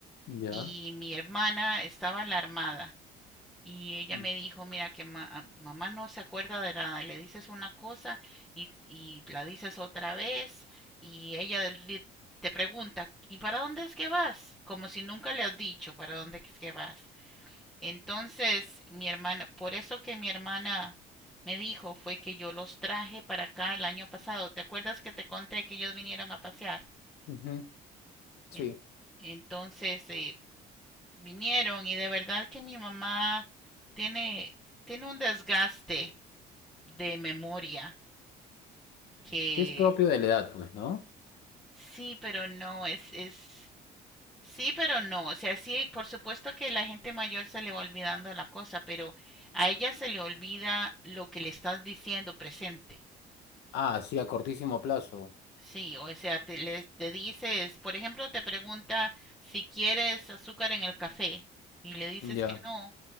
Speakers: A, on the left; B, in the centre.
A: Ya.
B: y mi hermana estaba alarmada. Y ella
A: Mm,
B: me dijo, mira que ma- mamá no se acuerda de nada, le dices una cosa y, y la dices otra vez y ella del- li- te pregunta, ¿y para dónde es que vas? Como si nunca le has dicho para dónde es que vas. Entonces, mi hermana, por eso que mi hermana me dijo fue que yo los traje para acá el año pasado. ¿Te acuerdas que te conté que ellos vinieron a pasear?
A: ujú, Sí.
B: En- entonces, eh, Vinieron y de verdad que mi mamá tiene, tiene un desgaste de memoria que
A: Es propio de la edad, pues, ¿no?
B: sí, pero no, es, es, sí, pero no. O sea, sí, por supuesto que la gente mayor se le va olvidando la cosa, pero a ella se le olvida lo que le estás diciendo presente.
A: Ah, sí, a cortísimo plazo.
B: Sí, o sea, te, le, te dices, por ejemplo, te pregunta si quieres azúcar en el café y le dices
A: Ya.
B: que no,